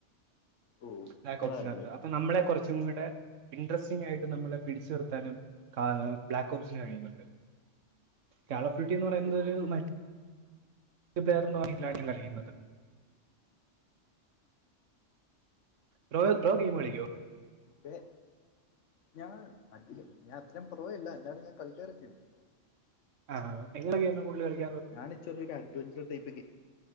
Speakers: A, on the left (about 75°); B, on the right (about 85°).
A: ഓ
B: ബ്ലാക്‌ഹോപ്സിനകത്ത്
A: അതാണല്ലേ
B: അപ്പൊ നമ്മളെ കൊറച്ചും കൂടെ ഇൻട്രസ്റ്റിംങ് ആയിട്ട് നമ്മളെ പിടിച്ചു നിർത്താനും കാ ബ്ലാക്ക് ഹോപ്സിന് കഴിയുന്നുണ്ട് കാള്ഓഫ് ഡ്യൂട്ടി എന്ന് പറയുന്നതൊരു
A: ഓ ഓ
B: മറ്റെ ഒരു പേരൊന്നും അറിയില്ല ആരാണ് കളിക്കുന്നത് ബ്രോ ബ്രോ ഗെയിം കളിക്കോ
A: വേ ഞാൻ അധികം ഞാൻ അത്രയും പ്രൊവല്ല എന്നാലും ഞാൻ കളിക്കാറോക്കെയുണ്ട്
B: ആഹ് എങ്ങനെ ഗെയിമാ കൂടുതൽ കളിക്കാറ്
A: ഞൻ ചെറിയ അഡ്വഞ്ചർ ടൈപ്പക്കെയ്